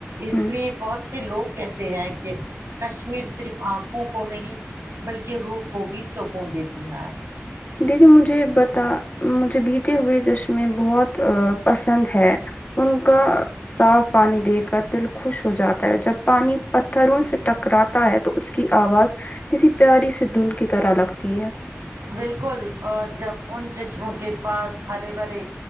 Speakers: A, on the right (about 70°); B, on the left (about 35°).
A: اس
B: ہوں
A: لیے بہت سے لوگ کہتے ہیں کہ کشمیر صرف آنکھوں کو نہیں بلکہ روح کو بھی سکون دیتی ہے
B: دیدی مجھے بتا مجھے بیتے ہوئے چشمے بہت پسند ہے ان کا صاف پانی دے کر دل خوش ہو جاتا ہے جب پانی پتھروں سے ٹکراتا ہے تو اسے کی آواز کسی پیاری سے دھن کی طرح لگتی ہے
A: بالکل اور جب ان چشموں کے پاس ہرے بھرے